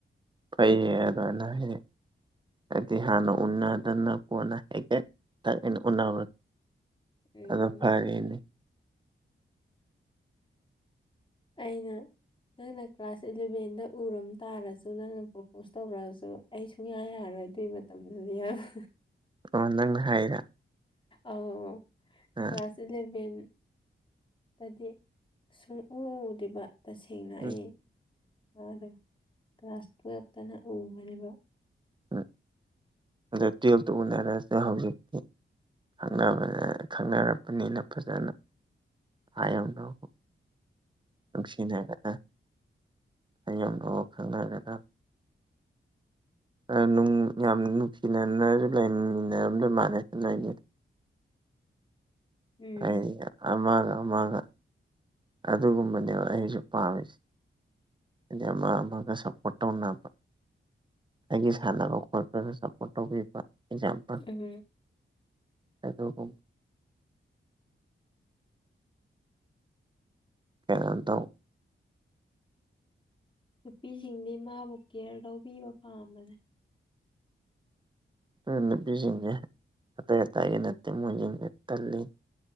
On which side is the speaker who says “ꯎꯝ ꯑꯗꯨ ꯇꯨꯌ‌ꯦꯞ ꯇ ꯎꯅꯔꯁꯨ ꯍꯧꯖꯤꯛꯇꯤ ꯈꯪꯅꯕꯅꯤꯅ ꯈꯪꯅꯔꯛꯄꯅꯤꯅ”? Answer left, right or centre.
Right